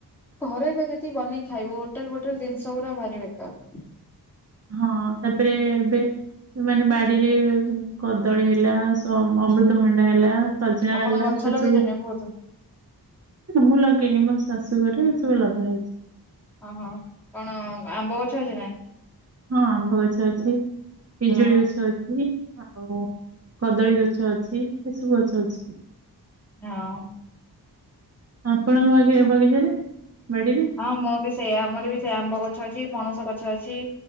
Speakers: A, in the centre; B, on the right.
A: ଘରେ ଏକା ଯେତିକି ବନେଇ ଖାଇବୁ ହୋଟେଲ ଫୋଟେଲ ଜିନ୍ଷ ଗୁରା ଭାରି ବେକାର୍।
B: ହଁ ତାପ୍ରେ ଏବେ ମାନେ ବାଡିରେ କଦଳୀ ହେଲା ସମ୍ ଅମୃତଭଣ୍ଡା ହେଲା ସଜନା
A: ଆପଣ
B: ହେଲା
A: ଗଛ
B: ସେ
A: ଲଗେଇଛନ୍ତି
B: ସବୁ
A: ବହୁତ
B: ମୁଁ ଲଗେଇନି ମୋ ଶାଶୁ ଘରେ ଏ ସବୁ ଲଗା ହେଇଚି।
A: ଅ‌ହ କଣ ଆମ୍ବ ଗଛ ଅଛି ନା?
B: ହଁ ଆମ୍ବ ଗଛ ଅଛି ପିଜୁଳି
A: ହଁ
B: ଗଛ ଅଛି। ଆଉ କଦଳୀ ଗଛ ଅଛି ଏସବୁ ଗଛ ଅଛି।
A: ଝାଉ।
B: ଆପଣଙ୍କ ବଗି ବଗିଚାରେ ବାଡ଼ିରେ?
A: ହଁ ମୁଁ ବି ସେଇଆ ଆମର ବି ସେଇଆ ଆମ୍ବ ଗଛ ଅଛି ପଣସ ଗଛ ଅଛି।